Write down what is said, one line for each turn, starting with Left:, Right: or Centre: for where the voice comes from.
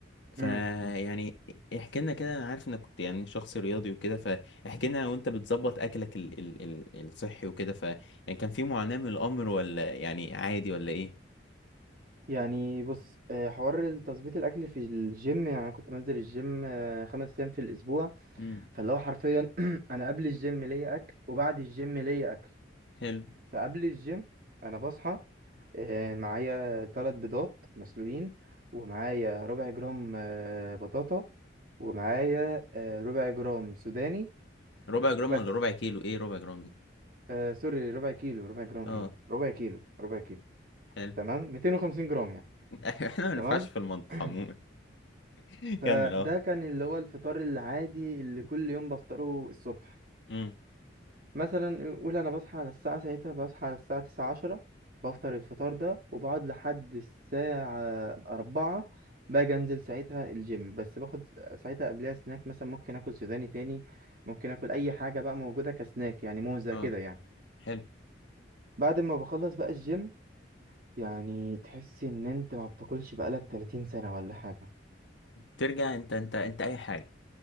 Left: فيعني
Right: امم
Left: احكي لنا كده أنا عارف إنك كنت يعني شخص رياضي وكده فاحكي لنا وأنت بتظبط أكلك ال... ال... ال- الصحي وكده ف يعني كان في معاناة من الأمر ولا يعني عادي ولا إيه؟
Right: يعني بص آه، حوار تظبيط الاكل في الجيم يعني كنت بنزل الجيم آه، خمس ايام في الاسبوع
Left: مم.
Right: فاللي هو حرفيا <clears throat> انا قبل الجيم ليا اكل وبعد الجيم ليا اكل
Left: حلو
Right: فقبل الجيم انا بصحى آه، معايا ثلاث بيضات مسلوقين ومعايا ربع جرام آه، بطاطا ومعايا آه، ربع جرام سوداني
Left: ربع جرام
Right: وبس
Left: ولا ربع كيلو ايه ربع جرام دي
Right: آه، سوري ربع كيلو ربع جرام
Left: اه
Right: ايه ربع كيلو ربع كيلو
Left: حلو
Right: تمام 250 جرام يعني
Left: <laughs> احنا ما ينفعش
Right: تمام
Left: في المطبخ
Right: <clears throat>
Left: عموما <laughs>
Right: فده
Left: كمل اه
Right: كان اللي هو الفطار العادي اللي كل يوم بفطره الصبح
Left: امم
Right: مثلا قول انا بصحى على الساعه ساعتها بصحى على الساعه تسعة عشرة بفطر الفطار ده وبقعد لحد الساعه أربعة باجي انزل ساعتها الجيم بس باخد ساعتها قبلها سناك مثلا ممكن اكل سوداني تاني ممكن اكل اي حاجه بقى موجوده كسناك يعني موزه
Left: اه
Right: كده يعني
Left: حلو
Right: بعد ما بخلص بقى الجيم يعني تحس ان انت ما بتاكلش بقالك 30 سنه ولا حاجه
Left: ترجع انت انت انت اي حاجه